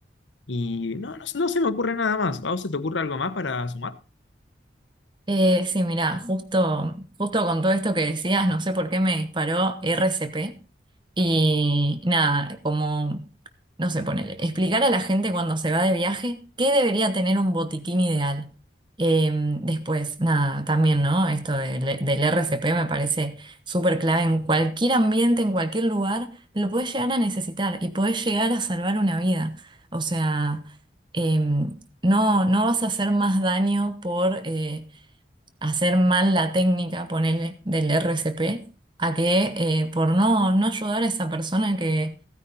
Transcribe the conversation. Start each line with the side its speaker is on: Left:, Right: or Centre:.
Left: Y no, no, no se me ocurre nada más. ¿A vos se te ocurre algo más para sumar?
Right: Eh, sí, mira, justo, justo con todo esto que decías, no sé por qué me disparó RCP, Y nada, como, no sé, ponele, explicar a la gente cuando se va de viaje qué debería tener un botiquín ideal. Eh, después, nada, también, ¿no? Esto del, del RCP me parece súper clave. En cualquier ambiente, en cualquier lugar, lo puedes llegar a necesitar y puedes llegar a salvar una vida. O sea, eh, no, no vas a hacer más daño por... eh, hacer mal la técnica, ponerle del RCP, a que eh, por no, no ayudar a esa persona que,